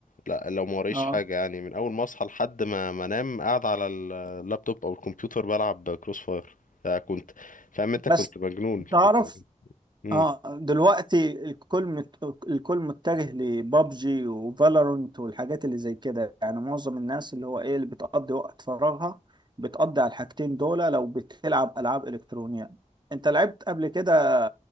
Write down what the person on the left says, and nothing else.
لا لو ما وريش
حاجه يعني من اول ما اصحى لحد ما ما انام قاعد على ال- اللابتوب او الكمبيوتر بلعب كروس فاير ده كنت فاهم انت
كنت مجنون كنت
مجنون امم